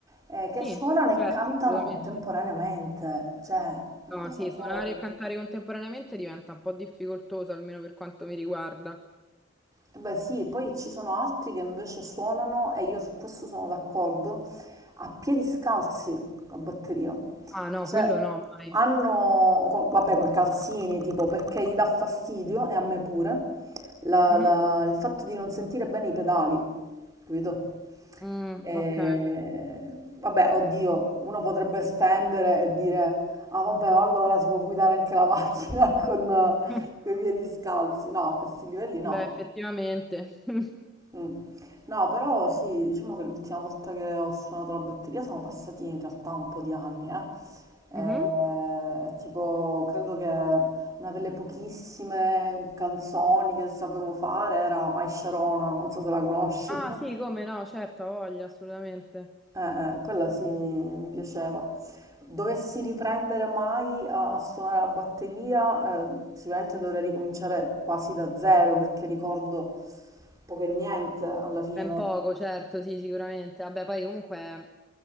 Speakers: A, on the right; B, in the centre.
A: eh, che
B: Sì,
A: suonano e
B: certo,
A: cantano
B: assolutamente.
A: contemporaneamente, cioè una
B: No,
A: cosa
B: sì, suonare
A: folle.
B: e cantare contemporaneamente diventa un po' difficoltoso, almeno per quanto mi riguarda.
A: Eh Beh sì, poi ci sono altri che invece suonano, e io su questo sono d'accordo, a piedi scalzi la batteria.
B: Ah no,
A: Cioè,
B: quello no, mai.
A: hanno, co- vabbè, col calzini, tipo, perché gli dà fastidio, e a me pure, la-
B: Mhm.
A: la- il fatto di non sentire bene i pedali, capito?
B: Mm,
A: E-
B: ok.
A: vabbè, oddio, uno potrebbe estendere e dire, ah vabbè, allora si può guidare anche la macchina <laughs> con,
B: <laughs>
A: con i piedi scalzi. No, a questi livelli no.
B: Beh, effettivamente. <laughs>
A: Mm. No, però sì, diciamo che l'ultima volta che ho suonato la batteria sono passati in realtà un po' di anni, eh. Eh,
B: Mhm.
A: È tipo, credo che una delle pochissime canzoni che sapevo fare era My Sharona, non so se la conosci.
B: Ah
A: <laughs>
B: sì, come no, certo, ha voglia, assolutamente.
A: Eh, eh, quella sì, mi, mi piaceva. Dovessi riprendere mai a suonare la batteria, eh, sicuramente dovrei ricominciare quasi da zero perché ricordo poco e niente alla fine.
B: Ben poco, certo, sì, sicuramente. Vabbè, poi comunque è